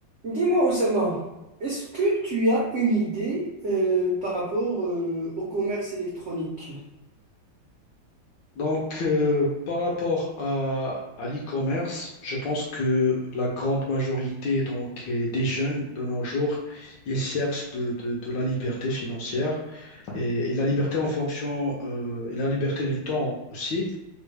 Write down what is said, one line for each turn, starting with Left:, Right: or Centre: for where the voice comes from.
Right: Dis-moi, Oussama, est-ce que tu as une idée euh, par rapport euh, au commerce électronique?
Left: Donc, euh, par rapport à, à l'e-commerce, je pense que la grande majorité donc, euh, des jeunes de nos jours, ils cherchent de, de- de la liberté financière et, et la liberté en fonction, euh, et la liberté du temps aussi.